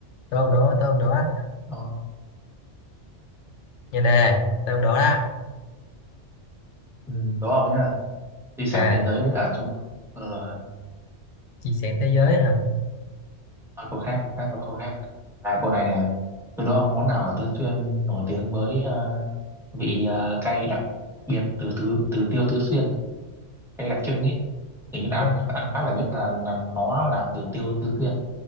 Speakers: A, on the left; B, in the centre.
A: tới ông đố tới ông đố á.
B: ờ
A: nhanh nè tới ông đố đó
B: ừ, đúng không nhá di sản
A: ok
B: thế giới à chúng ờ
A: chia sẻ thế giới hả
B: à, cô khác khác cô khác à cô này nè từ đó món nào ở Tứ Xuyên nổi tiếng với ờ, vị ờ, cay đặc biệt từ từ từ tiêu tứ xuyên cay đặc trưng ấy tự nhiên ăn
A: Đúng,
B: ăn phát là biết là là nó làm từ tiêu tứ xuyên